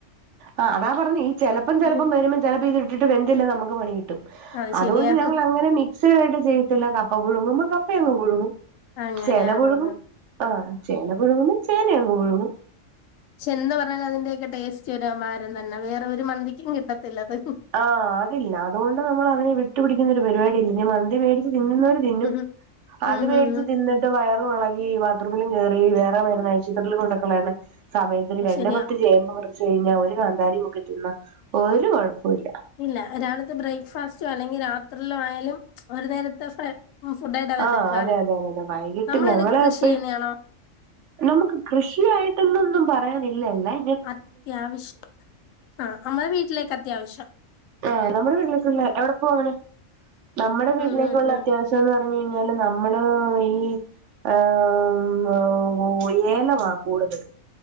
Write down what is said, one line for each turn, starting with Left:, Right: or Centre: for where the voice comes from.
Right: ആ അതാ പറഞ്ഞേ ഈ ചെലപ്പം ചെലപ്പം
Left: ഉം
Right: വരുമ്പം ചെലപ്പോ ഇതി ട്ടിട്ട് വെന്തില്ലേ നമുക്ക് പണി കിട്ടും
Left: അത് ശരിയാ
Right: അതുകൊണ്ട് ഞങ്ങളങ്ങനെ മി സ്ഥിരായിട്ട് ചെയ്യത്തില്ല കപ്പ പുഴുങ്ങുമ്പം കപ്പയങ്ങ് പുഴുങ്ങും
Left: അങ്ങനെ
Right: ചേന
Left: ആ
Right: പുഴുങ്ങും.
Left: ആ ആ.
Right: ആഹ് ചേന പുഴുങ്ങുമ്പം ചേന അങ്ങ് പുഴുങ്ങും.
Left: ക്ഷെ എന്ത് പറഞ്ഞാല് അതിന്റെയൊക്കെ ടേസ്റ്റ് ഒരു അപാരം തന്നെ വേറെ ഒരു മന്തിക്കും കിട്ടത്തില്ലത്.
Right: ആഹ് അതില്ല അതുകൊണ്ട് നമ്മള് അതിനെ വിട്ടുപിടിക്കുന്ന ഒരു പരിപാടി ഇല്ല ഞ്ഞി മന്തി മേടിച്ച് തിന്നുന്നൊരു തിന്നും
Left: ഉം
Right: അത്
Left: ഉം
Right: മേടിച്ച്
Left: ഉം ഉം
Right: തിന്നിട്ട ട്ട് വയറും എളകി ബാത്റൂമിലും കേറി വേറെ വരുന്ന ആശുപത്രിയിലും കൊണ്ട്‌ക്കളയാണ സമയത്ത്ന്
Left: അത്
Right: രണ്ട്‌
Left: ശരിയാ
Right: പത്ത് ചേമ്പ് മുറിച്ച് കഴിഞ്ഞാ ഒരു കാന്താരിം മുക്കി തിന്നാ ഒരു കുഴപ്പോല്ല.
Left: ഇല്ല രാവിലത്തെ ബ്രേക്ക്ഫാസ്റ്റോ അല്ലെങ്കി രാത്രിലോ ആയാലും ഒരു നേരത്തെ ഫ്ര ഫുഡായിട്ട് അവ
Right: ആഹ്
Left: എടുക്കാലോ
Right: അതെ അതെ അതെ അതെ വൈകിട്ട്
Left: നമ്മളനെ
Right: ഞങ്ങള്
Left: കൃഷി
Right: എപ്പഴും
Left: ചെയ്യുന്നേണോ.
Right: നമുക്ക് കൃഷിയായിട്ടന്നൊന്നും പറയാനില്ലല്ലേ.
Left: അത്യാവിശ്യം ആ നമ്മ വീട്ടിലേക്ക് അത്യാവിശ്യം
Right: ആ നമ്മുടെ വീട്ടിലേക്കുള്ള എവിടെ പോവാണ് നമ്മുടെ വീട്ടിലേക്കുള്ള
Left: ഉം ഉം ഉം
Right: അത്യാവിശ്യ ന്ന് പറഞ്ഞ് കഴിഞ്ഞാല് നമ്മള് ഈ ആ-മ്മം ഏലമാ കൂടുതല്.